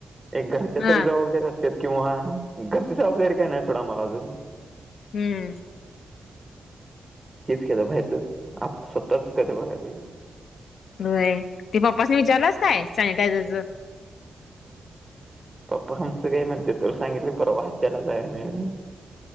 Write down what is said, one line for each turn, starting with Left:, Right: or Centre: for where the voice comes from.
Right: एक घरच्या
Left: हा
Right: तर जबाबदारी असत किंवा घरची जबाबदारी काही नाही सोडा मला अजून
Left: हम्म
Right: हेच केलं बाहेरचच स्वतच का ते बघाय पाहिजे
Left: होय ते पप्पाासने विचारलंच काय सॅनिटायझरचं
Right: पप्पा आमचं काय म्हणते तु सांगितलं पर वाचायला जाय मिून